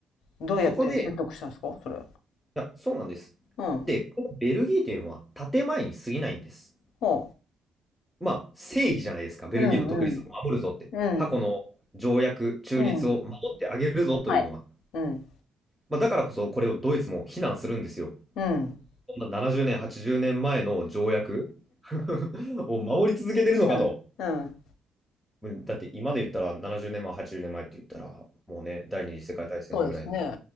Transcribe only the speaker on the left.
どうやって説得したんですかそれ。
うん。
ほ
う。うん、うん。うん。
うん。はい。うん。
うん。
うん。うん。
そうですね。